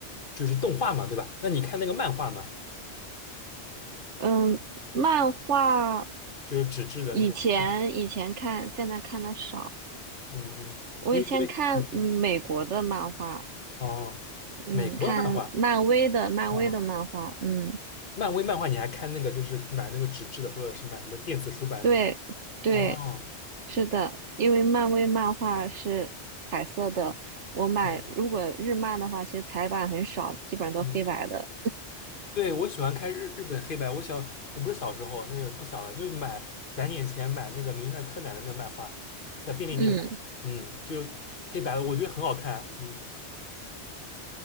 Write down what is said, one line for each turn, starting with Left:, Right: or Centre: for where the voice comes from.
Left: 就是动画嘛，对吧？那你看那个漫画嘛，
Right: 嗯，漫画
Left: 就是纸质的那种，
Right: 以前以前看，
Left: 或者嗯
Right: 现在看的少。
Left: 嗯，嗯因为因为嗯
Right: 我以前看嗯美国的漫画，
Left: 哦，
Right: 嗯，
Left: 美国漫画。
Right: 看漫威的漫威的漫画，
Left: 哦。
Right: 嗯。
Left: 漫威漫画你还看那个，就是买那个纸质的，或者是买什么电子书版型？
Right: 对对，
Left: 哦，
Right: 是的，因为漫威漫画是彩色的，我买如果日漫的话，
Left: 哦，
Right: 其实彩版很少，基本上都黑白的。
Left: 嗯，对，我喜欢看日日本黑白。我小，我不是小时候，那个不小了，就买攒点钱买那个《名侦探柯南》的那个漫画，在便利店买，
Right: 嗯，
Left: 嗯，就黑白的，我觉得很好看，嗯